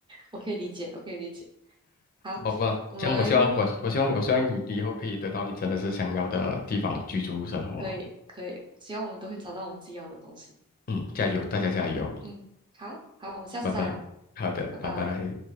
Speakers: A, on the right (about 20°); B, on the left (about 40°).
A: 我可以理解，我可以理解。好，
B: 好吧？
A: 我们
B: 这样我希望我我希望我希望你以后可以得到你真的是想要的地方居住生活，
A: 可以可以，希望我们都会找到我们自己要的东西。
B: 嗯，加油，大家加油，
A: 嗯，好好，我们下次再聊，
B: 拜拜，好的，
A: 拜拜。
B: 拜拜。